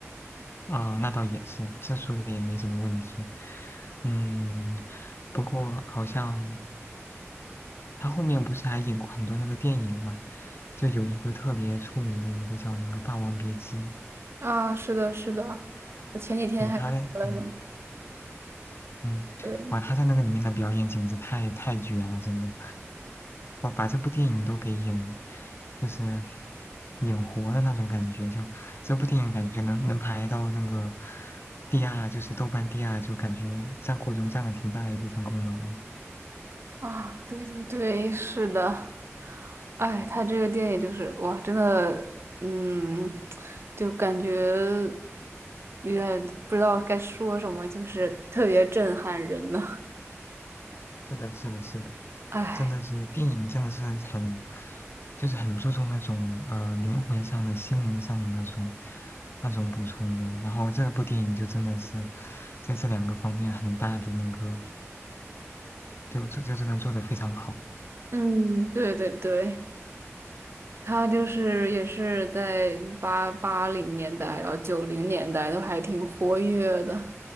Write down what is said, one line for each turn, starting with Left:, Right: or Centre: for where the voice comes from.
Left: 啊、那倒也是，这说的也没什么问题。嗯，不过好像他后面不是还演过很多那个电影嘛，就有一个特别出名的一个叫那个《霸王别姬》。
Right: <laughs> 啊，是的，是的，我前几天还看了呢，
Left: 嗯，他在，嗯嗯，
Right: 对。
Left: 哇，他在那个里面的表演简直太太绝了，真的，哇，把这部电影都给演，就是演活的那种感觉，就这部电影感觉能能排到那个第二，就是豆瓣第二，就感觉《战国中》占了挺大一部分功劳的。
Right: 啊，对对对，是的，哎，他这个电影就是哇，真的，嗯，就感觉有点不知道该说什么，就是特别震撼人呢。
Left: 是的，是的，是的，
Right: 哎，
Left: 真的是电影真的是很，就是很注重那种呃灵魂上的、心灵上的那种那种补充的。然后这部电影就真的是在这两个方面很大的那个，就就就真的做得非常好。
Right: 嗯，对对对，他就是也是在八八零年代，然后九零年代都还挺活跃的，